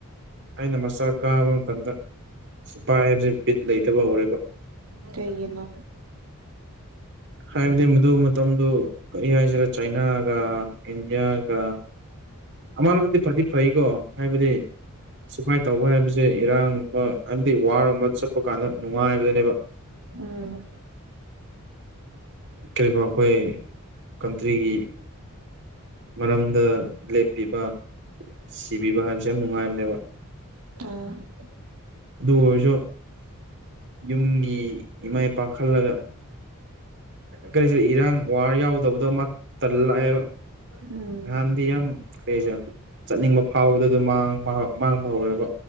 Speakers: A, on the right (about 55°); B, on the right (about 70°).
A: ꯑꯩꯅ ꯃꯥꯁꯇ꯭ꯔ ꯀꯥꯕ ꯃꯇꯝꯗ ꯁꯤꯄꯥꯏ ꯍꯥꯏꯕꯖꯦ ꯕꯤꯠ ꯂꯩꯇꯕ ꯍꯧꯔꯦꯕ
B: ꯀꯩꯒꯤꯅꯣ
A: ꯍꯥꯏꯕꯗꯤ ꯃꯗꯨ ꯃꯇꯝꯗꯨ ꯀꯔꯤ ꯍꯥꯏꯁꯤꯔꯦ ꯆꯩꯅꯥꯒ ꯏꯟꯗꯤꯌꯥꯒ ꯑꯃꯂꯣꯝꯗꯗꯤ ꯐꯗꯤ ꯐꯩꯀꯣ ꯍꯥꯏꯕꯗꯤ ꯁꯤꯐꯥꯏ ꯇꯧꯕ ꯍꯥꯏꯕꯁꯦ ꯏꯔꯥꯡꯒꯨꯝꯕ ꯍꯥꯏꯕꯗꯤ ꯋꯥꯔꯒꯨꯝꯕ ꯆꯠꯄ ꯀꯥꯟꯗ ꯅꯨꯡꯉꯥꯏꯕꯗꯅꯦꯕ
B: ꯎꯝ
A: ꯀꯔꯤꯒꯨꯝꯕ ꯑꯩꯈꯣꯏ ꯀꯟꯇ꯭ꯔꯤꯒꯤ ꯃꯔꯝꯗ ꯂꯦꯞꯄꯤꯕ ꯁꯤꯕꯤꯕ ꯍꯥꯏꯕꯁꯦ ꯌꯥꯝ ꯅꯨꯡꯉꯥꯏꯕꯅꯦꯕ
B: ꯎꯝ
A: ꯑꯗꯨ ꯑꯣꯏꯔꯁꯨ ꯌꯨꯝꯒꯤ ꯏꯃꯥ ꯏꯄꯥ ꯈꯜꯂꯒ ꯀꯔꯤꯁꯤ ꯏꯔꯥꯡ ꯋꯥꯔ ꯌꯥꯎꯗꯕꯗꯣ ꯑꯃ ꯇꯜꯂꯥꯛꯑꯦꯕ
B: ꯎꯝ
A: ꯅꯍꯥꯟꯗꯤ ꯌꯥꯝ ꯀꯔꯤꯁꯦ ꯆꯠꯅꯤꯡꯕ ꯐꯥꯎꯕꯗ ꯑꯗꯨ ꯃꯥꯡꯕ ꯍꯧꯔꯦꯕ